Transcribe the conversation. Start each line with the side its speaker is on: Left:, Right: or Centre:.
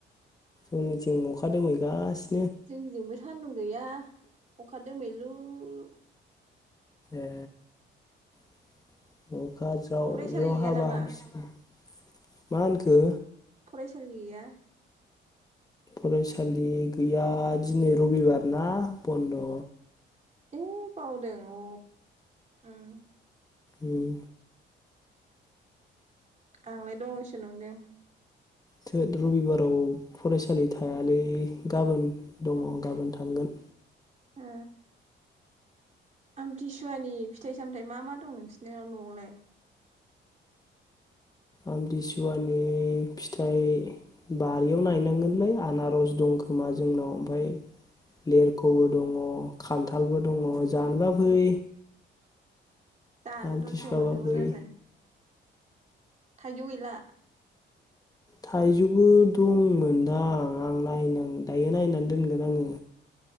Left: जोंनिथिं अखादोमै गासिनो
Right: जोंनिजोंबो सान्दुं गैया अखा दोमैलुलु
Left: ए <inaudible> अखा जाव
Right: फरायसालि
Left: जाव
Right: गैया
Left: हाबा
Right: नामा
Left: हामसिगौ। मा होनखो?
Right: फरायसालि गैया
Left: फरायसालि गैया दिनै रबिबार ना बन्द'
Right: ए बावदों अ ओम
Left: ओम
Right: आंलाय दंसो नंदों।
Left: थो रबिबाराव फरायसालि थायालै गाबोन दङ गाबोन थांगोन।
Right: ओ। आमथिसुवानि फिथाइ सामथायाइ मा मा दं नोंसिनियाव नआवलाय?
Left: आमथिसुवानि फिथाइ बारियाव नायनांगोनलै आनारस दंखोमा जोंनाव ओमफ्राय लेरखबो दङ, खान्थालबो दङ जानोबा फै।
Right: जानोनोथ
Left: आमथिसुवाबा
Right: सोंहरदोंमोन
Left: फै
Right: आरो। थाइजौ गैला?
Left: थाइजौबो दंमोनदां आं नायना दायो नायनानै दोनगोन आङो।